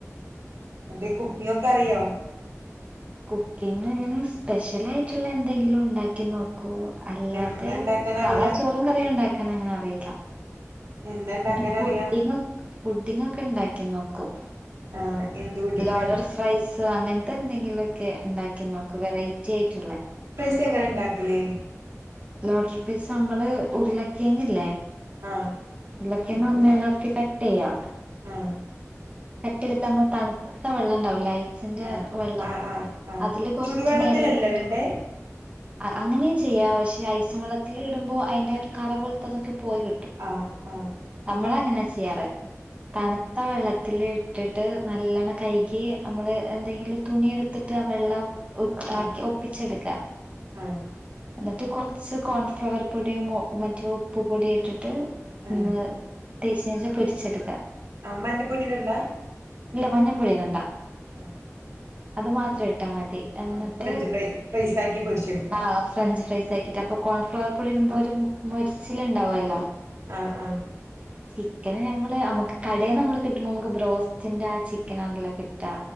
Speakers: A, on the right; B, on the right.
A: മറ്റേ കുക്കിങ്ങൊക്കറിയോ?
B: കുക്കിങ്ങ് ഇങ്ങനെ സ്പെഷ്യലയിറ്റുള്ള എന്തെങ്കിലു ഇണ്ടാക്കി നോ ക്കൂ അല്ലാതെ
A: എന്താ ഇണ്ടാക്കാൻ
B: സാധാ
A: അറിയാ
B: ചോറും കറി ഉണ്ടാക്കാനങ്ങനെ അറിയില്ല.
A: എന്താ ഇണ്ടാക്കാൻ
B: ങ്ങനെ പുഡ്ഡിങ്
A: അറിയാ
B: പുഡ്ഡിങ്ങൊക്കെ ഇണ്ടാക്കി നോക്കും.
A: ആഹ് എന്ത് പുഡിങ്
B: ലോഡഡ് ഫ്രൈസ് അങ്ങൻത്തെ എന്തെങ്കിലൊക്കെ ഇണ്ടാക്കി നോക്കു വെറൈറ്റിയയിറ്റുള്ളേ.
A: തെങ്ങനെ ഇണ്ടാക്കല്?
B: ലോഡറ് ഫ്രൈസ് നമ്മള് ഉരുളക്കിയങ്ല്ലേ?
A: ആഹ്
B: ഉരുക്കിഴങ്ങ് ഒന്നേനെടുത്ത് കട്ടെയ്യാം.
A: ആഹ്
B: കട്ടെയ്ത്ട്ട് നമ്മള് തണുത്ത വള്ളണ്ടാവൂലെ ഐ സിന്റെ
A: ആഹ്
B: വെള്ളം
A: ആഹ് ആഹ് ആഹ്
B: അതില് കൊറ്ച്ച്
A: ചുടുവെള്ളത്തിലല്ലേ
B: നേരട്ട്
A: ഇടണ്ടേ
B: അഅങ്ങനെയും ചെയ്യാ പക്ഷെ ഐസുവളളത്തില് ട്ടുമ്പോ അയിൻ്റാ ഒര് കറ പോലത്തതൊക്കെ പോയി കിട്ടും.
A: ആഹ് ആഹ്
B: നമ്മളങ്ങനെ ചെയ്യാറ്. തണുത്ത വെള്ള ത്തിലിട്ടിട്ട് നല്ലണം കൈകി നമ്മള് എന്തെങ്കിലു തുണിയെടുത്തിട്ട് ആ വെള്ളം ഉ
A: ഉം
B: ആക്കി ഒപ്പിച്ചെടുക്കാ.
A: ആഹ്
B: എന്നിട്ട് കൊറ്ച്ച് കോൺഫ്ലവർ പൊടിയും മൊ മറ്റേ ഉപ്പ് പൊടിയു ട്ട്ട്ട്
A: ആഹ്
B: ന്ന് തേച്ചിനേഷം പൊരിച്ചെടുക്കാ.
A: ആഹ് മഞ്ഞപ്പൊടിടണ്ടാ?
B: ഇല്ല മഞ്ഞപ്പൊടി ഇടണ്ട.
A: ആഹ്.
B: അത് മാത്രേ ഇട്ടാ മതി. എന്നിട്ട്
A: ആഹ് ഫ്രഞ്ച് ഫ്രൈ ഫ്രൈസാക്കി പൊരിച്ചെടുക്കാ.
B: ആഹ് ഫ്രഞ്ച് ഫ്രൈസാക്കീട്ട് അപ്പൊ കോൺഫ്ലവർ പൊടിടുമ്പോ ഒരു മു മൊരിച്ചില്ണ്ടാവല്ലോ.
A: ആഹ് ആഹ്
B: ചിക്കന് നമ്മള് നമ്മുക്ക് കടേന്നമ്മള് കിട്ട്ണമ്മക്ക് ബ്രോസ്റ്റിന്റെ ആ ചിക്കനാണല്ലോ കി ട്ടാ